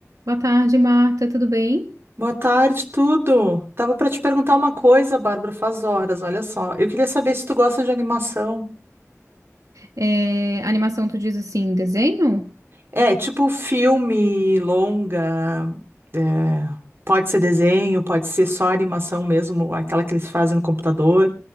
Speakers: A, on the right (about 90°); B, on the right (about 45°).
A: Boa tarde, Marta, tudo bem?
B: Boa tarde, tudo. Tava para te perguntar uma coisa, Bárbara, faz horas, olha só. Eu queria saber se tu gosta de animação.
A: É, animação, tu diz assim, desenho?
B: É, tipo filme, longa, é, pode ser desenho, pode ser só animação mesmo, aquela que eles fazem no computador.